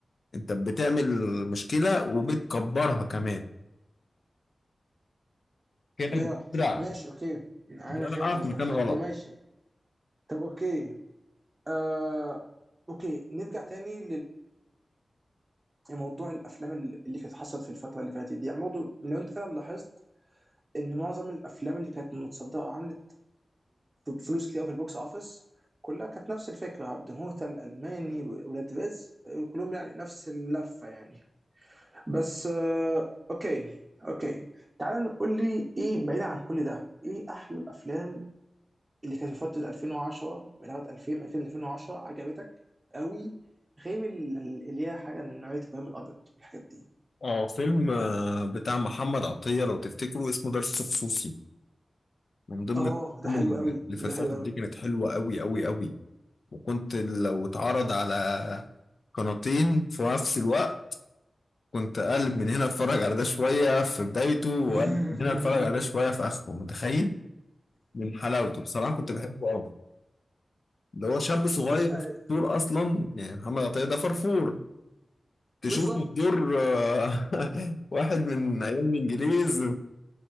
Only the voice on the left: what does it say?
أنت بتعمل مشكلة وبتكبرها كمان كأنك
بتزرع
زرعة
في مكان
غلط
اه فيلم آه، بتاع محمد عطية لو تفتكروا اسمه درس خصوصي من ضمن
الافلام
اللي
اللي في الفترة
دي كانت حلوة قوي قوي قوي وكنت لو اتعرض على قناتين في نفس الوقت كنت اقلب من هنا اتفرج على ده شوية في بدايته واقلب
من هنا اتفرج على ده شوية في اخره متخيل من حلاوته بصراحة كنت بحبه قوي ده هو شاب صغير
فرفور اصلا يعني محمد عطية ده فرفور تشوفه
في دور آه، <laughs> واحد من ايام الانجليز